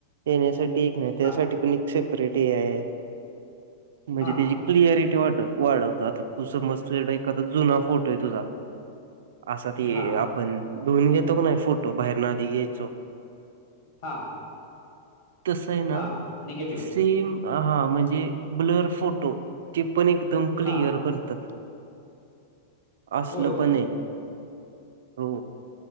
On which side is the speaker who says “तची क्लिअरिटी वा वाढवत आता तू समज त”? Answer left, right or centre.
Right